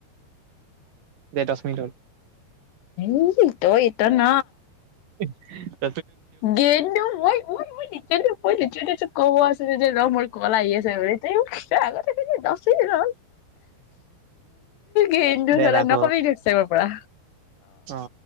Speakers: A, on the right (about 55°); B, on the left (about 75°).
A: দে দশ মিনিট হল
B: উম ইটো ইটো ন
A: উ
B: গেন্দু মই মই লিট্ৰেলি লিট্ৰেলি ক'ব আছিলে যে ৰহ মোৰ কল আহি আছে বুলি আগতে কলি দছ মিনিট ৰহ জন্দ
A: দে
B: চলা
A: ৰাখ
B: নকবি দি চৰ পৰা
A: অ